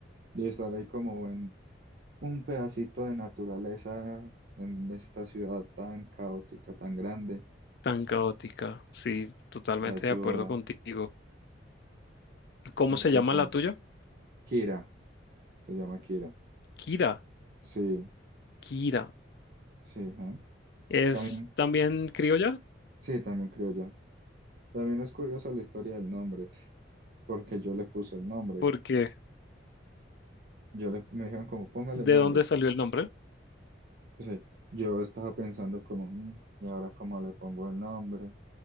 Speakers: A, on the right; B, on the left.
A: Y estar ahí como en un pedacito de naturaleza en esta ciudad tan caótica, tan grande,
B: Tan caótica. Sí, totalmente
A: te ayuda.
B: de acuerdo contigo. ¿Cómo
A: No
B: se
A: sé,
B: llama
A: es un-
B: la tuya?
A: Kira, se llama Kira.
B: Kira.
A: Sí,
B: Kira.
A: sí, ajá.
B: Es
A: También,
B: también criolla
A: sí, también creo ya. También es curiosa la historia del nombre. porque yo le puse el nombre.
B: porque
A: Yo le, me dijeron como, póngale
B: ¿de
A: el nombre.
B: dónde salió el nombre?
A: O sea, yo estaba pensando como, "Mm, ¿y ahora cómo le pongo el nombre?